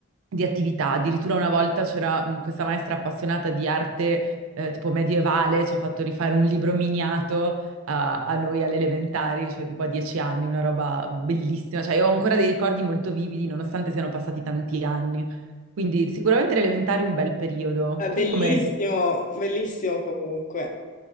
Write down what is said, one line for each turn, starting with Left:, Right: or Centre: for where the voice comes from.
Right: di attività. Addirittura una volta c'era mh, questa maestra appassionata di arte eh, tipo medievale, ci ha fatto rifare un libro miniato a, a noi alle elementari, cioè tipo a dieci anni, una roba bellissima. Cioè, io ho ancora dei ricordi molto vividi, nonostante siano passati tanti anni. Quindi sicuramente le elementari un bel periodo.
Left: È bellissimo,
Right: Tu come ti...
Left: bellissimo comunque.